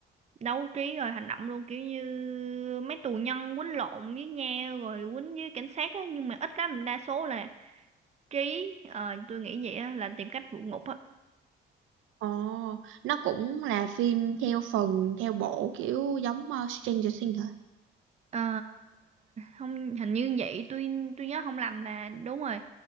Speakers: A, on the right (about 35°); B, on the right (about 80°).
A: đấu trí rồi hành động luôn kiểu như mấy tù nhân quýnh lộn với nhau rồi quýnh với cảnh sát á nhưng mà ít lắm đa số là trí ờ, tôi nghĩ vậy á là tìm cách vượt ngục á.
B: Ồ, nó cũng là phim theo phần, theo bộ kiểu giống ờ, Stranger Things hả?
A: Ờ, không hình như vậy tôi tôi nhớ không lầm là đúng rồi